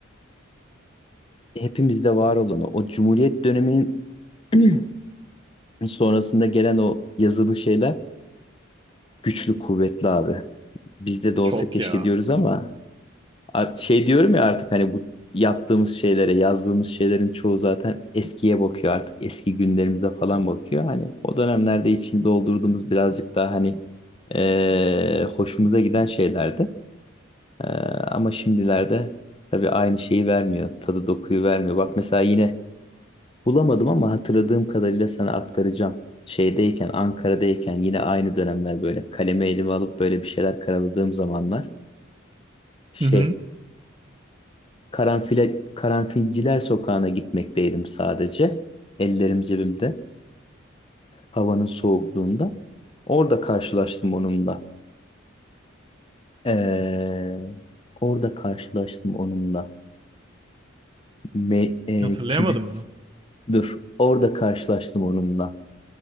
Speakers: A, on the left (about 25°); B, on the right (about 25°).
A: hepimizde var olan o o Cumhuriyet döneminin <clears throat> sonrasında gelen o yazılı şeyler güçlü kuvvetli abi. Bizde de olsa
B: çok
A: keşke
B: ya.
A: diyoruz ama Art- Şey diyorum ya artık hani bu yaptığımız şeylere, yazdığımız şeylerin çoğu zaten eskiye bakıyor artık. Eski günlerimize falan bakıyor. Hani o dönemlerde içini doldurduğumuz birazcık daha hani eee, hoşumuza giden şeylerdi. Eee, ama şimdilerde tabii aynı şeyi vermiyor. Tadı dokuyu vermiyor. Bak mesela yine bulamadım ama hatırladığım kadarıyla sana aktaracağım. Şeydeyken, Ankara'dayken yine aynı dönemler böyle kalemi elime alıp böyle bir şeyler karaladığım zamanlar. Şey,
B: Hı hı.
A: Karanfile, Karanfilciler Sokağı'na gitmekteydim sadece. Ellerim cebimde. Havanın soğukluğunda. Orada karşılaştım onunla. Ee, orada karşılaştım onunla. Me, e,
B: Hatırlayamadın
A: kibrit
B: mı?
A: dur. Orada karşılaştım onunla.